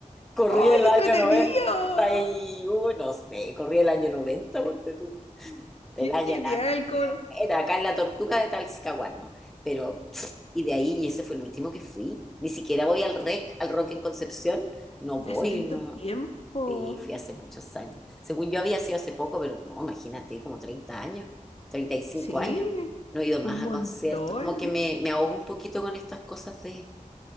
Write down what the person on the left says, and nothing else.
¡ay,
qué
entretenido!
¡Qué
genial!
¿Cómo,
Hace tanto
tiempo.
Sí,
un
montón